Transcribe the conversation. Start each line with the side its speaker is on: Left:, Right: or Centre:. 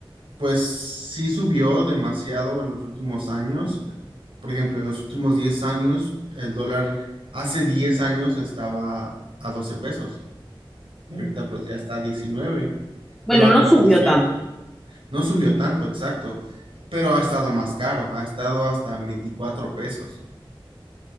Right: pues sí subió demasiado en los últimos años. Por ejemplo, en los últimos 10 años, el dólar hace 10 años estaba a 12 pesos y ahorita pues ya está a 19,
Centre: Bueno,
Right: pero a
Centre: no
Right: comparación
Centre: subió tanto.
Right: no subió tanto, exacto, pero ha estado más caro, ha estado hasta 24 pesos,